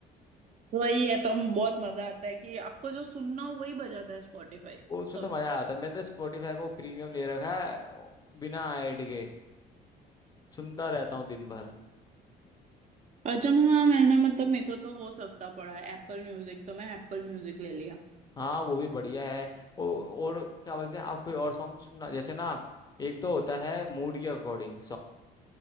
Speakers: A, on the right (about 45°); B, on the left (about 25°).
A: वही है तब बहुत मजा आता है कि आपको जो सुनना हो वही बजाता है स्पॉटिफाई
B: वो उसमें
A: तब
B: तो मजा आता है मैंने तो स्पॉटिफाई का वो प्रीमियम ले रखा है बिना ऐड के सुनता रहता हूँ दिन भर
A: अच्छा मैं- हाँ मैंने मतलब मेरे को तो वो सस्ता पड़ा है एप्पल म्यूजिक तो मैं एप्पल म्यूजिक ले लिया
B: हाँ वो भी बढ़िया है ओ, और क्या बोलते हैं आप कोई और सॉन्ग सुनना जैसे ना एक तो होता है मूड के अकॉर्डिंग